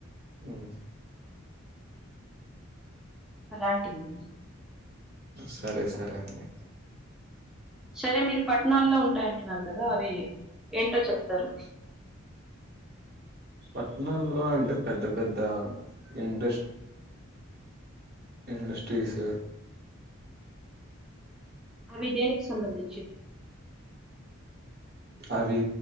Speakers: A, on the right; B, in the centre.
A: హు
B: అలాంటివీ
A: సరే సరే అండి
B: సరే మీరు పట్టణాల్లో ఉంటాయంటున్నారు కదా అవి ఏంటో చెప్తరు
A: పట్టణాల్లో అంటే పెద్ద పెద్ద ఇండస్ ఇండస్ట్రీస్
B: అవి దేనికి సంబంధించి
A: అవి